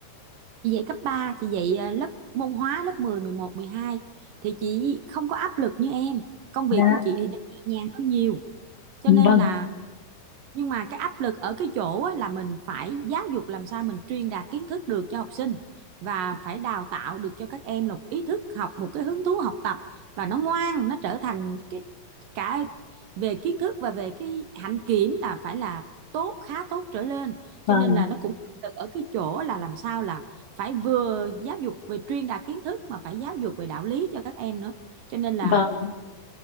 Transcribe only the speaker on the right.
Chị dạy cấp ba chị dạy à, lớp môn hóa lớp 10, 11, 12 thì chị không có áp lực như em. Công
việc của chị thì nó nhẹ nhàng hơn nhiều. Cho nên
là nhưng mà cái áp lực ở cái chỗ á, là mình phải giáo dục làm sao mình truyền đạt kiến thức được cho học sinh và phải đào tạo được cho các em một ý thức học một cái hứng thú học tập và nó ngoan nó trở thành cái cả về kiến thức và về cái hạnh kiểm là phải là tốt khá tốt trở lên cho
nên là nó cũng áp lực ở cái chỗ là làm sao là phải vừa giáo dục về truyền đạt kiến thức mà phải giáo dục về đạo lý cho các em nữa cho nên là